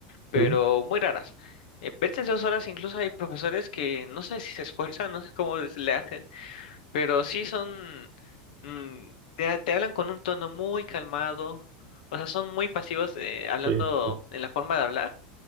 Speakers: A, on the left; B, on the right.
A: pero
B: Sí,
A: muy raras. Eh, pero estas dos horas incluso hay profesores que no sé si se esfuerzan, no sé cómo les- le hacen, pero sí son, mm, te, te hablan con un tono muy calmado, o sea, son muy pasivos eh, hablando
B: sí, sí.
A: en la forma de hablar,